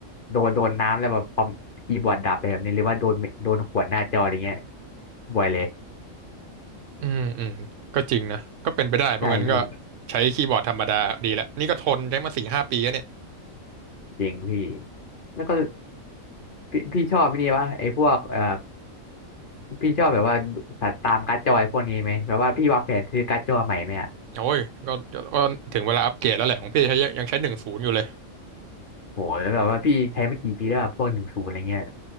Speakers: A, on the left (about 45°); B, on the right (about 70°).
A: โดนโดนน้ำแล้วแบบคอมคีย์บอร์ดดับไปแบบนี้หรือว่าโดนโดนขวดหน้าจออะไรเงี้ยบ่อยเลย
B: อืมอืมก็จริงนะก็เป็นไปได้เพราะงั้นก็
A: ใช่พี่ <laughs>
B: ใช้คีย์บอร์ดธรรมดาดีละนี่ก็ทนใช้มาสี่ห้าปีแล้วเนี่ย
A: เจ๋งพี่แล้วก็ พี่พี่ชอบไอ้นี่วะไอ้พวกเอ่อพี่ชอบแบบว่าสัตว์ตามการ์ดจอยพวกนี้ไหมแบบว่าพี่วางแผนซื้อการ์ดจอใหม่ไหมอะ
B: โอ้ยก็ก็ถึงเวลาอัปเกรดแล้วแหละของพี่ใช้ยังยังใช้หนึ่งศูนย์อยู่เลย
A: โหแล้วแบบว่าพี่ใช้มากี่ปีแล้วอะพวกหนึ่งศูนย์อะไรเงี้ย
B: โอ้